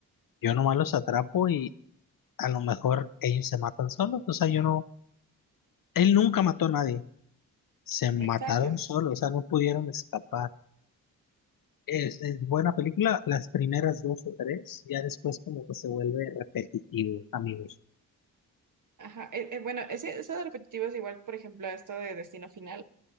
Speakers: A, on the left; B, on the right.
A: yo nomás los atrapo y a lo mejor ellos se matan solos, o sea, yo no, él nunca mató a nadie, se mataron
B: Exacto.
A: solos, o sea, no pudieron escapar. Es, es buena película, las primeras dos o tres, ya después como que se vuelve repetitivo, amigos.
B: Ajá. Eh, eh, bueno, ese, eso de repetitivo es igual, por ejemplo, a esto de destino final.